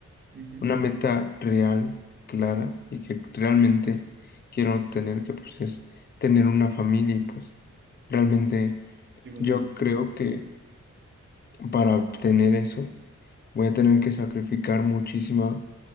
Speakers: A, on the right; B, on the left.
A: Ujú,
B: una meta real, clara, y que realmente quiero obtener, que pues es tener una familia y pues realmente
A: Qué bonito.
B: yo creo que Para obtener eso, voy a tener que sacrificar muchísima,